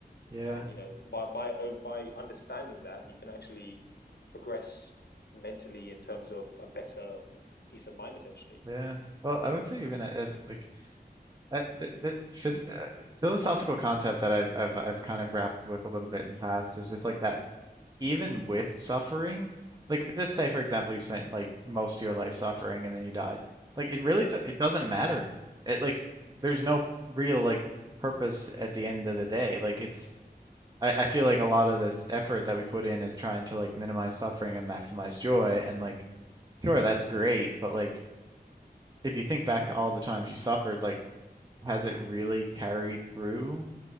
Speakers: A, on the right; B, on the left.
A: Yeah.
B: And, you know, by, by, oh, by understanding that, you can actually progress mentally in terms of a better peace of mind, essentially.
A: Yeah. Well, I would say even as like Uh, the, the phys uh, philosophical concept that I've I've I've kind of grappled with a little bit in the past is just like that even with suffering, like just say for example you spent like most of your life suffering and then you died, like it really
B: Yeah.
A: do- it doesn't matter. It like there's no real like purpose at the end of the day. Like it's I, I feel like a lot of this effort that we put in is trying to like minimize suffering and maximize joy and like sure that's great, but like if you think back to all the times you suffered, like has it really carried through